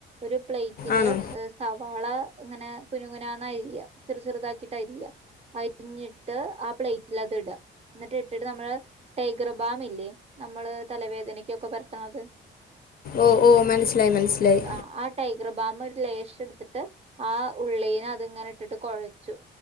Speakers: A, on the right (about 30°); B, on the left (about 50°).
A: ഒരു പ്ലേറ്റില്
B: ആണോ
A: സവാള ഇങ്ങനെ കുനുകുന അരിയാ. ചെറു ചെറുതാക്കിട്ട് അരിയുക. അരിഞ്ഞിട്ട് ആ, പ്ലേറ്റിൽ അത് ഇടുക. എന്നിട്ട് ഇട്ടിട്ട് നമ്മള് ടൈഗർ ബാം ഇല്ലേ, നമ്മള് തലവേദനയ്ക്കൊക്കെ പരട്ടണത്
B: ഓ ഓ, മനസ്സിലായി മനസ്സിലായി.
A: ആ, ടൈഗർ ബാാം ഒരു ലേശ എടുത്തിട്ട് ആ ഉള്ളിനെ അതിങ്ങനെ ഇട്ടിട്ട് കുഴച്ചു.